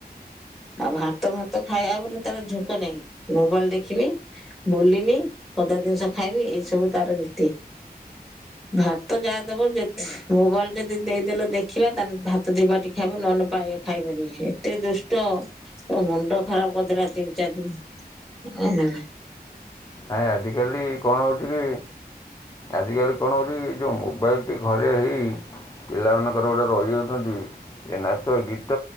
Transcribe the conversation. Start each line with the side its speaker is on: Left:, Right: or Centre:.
Centre: ଆଉ ଭାତ ଭାତ ଖାଇବା ପରେ ତାର ଝୁଙ୍କ ନାହିଁ। ଗୋବଲ ଦେଖମି ବୁଲମି ପଦା ଜିନିଷ ଖାଇମି ଏଇ ସବୁ ତାର ନୀତି। ଭାତ ଯାହାଦବ ମୋବାଇଲ ରେ ଯଦି ଦେଇଦେଲ ଦେଖିଲା ତାେଲେ ଭାତ ଯିବା ଟ ଖାଇ ନହେଲେ ପାଇବା ଖାଇବନି ଏତେ ଦୁଷ୍ଟ ତୋ ମୁଣ୍ଡ ଖରାପ କରିଦେଥିଲା ତିନି ଚାରି ଦିନି ଏଇନା
Left: ଆାଇ ଆଜିକାଲି କଣ ହେଉଛି କି ଆଜିକାଲି କଣ ହେଉଛି ଯେଉଁ ମୋବାଇଲ୍ ଗଟି ଘରେ ହେଇ ପିଲାମାନଙ୍କର ଗୋଟେ ରହିଯାଉଛନ୍ତି ଏ ନାଚ ଗୀତ।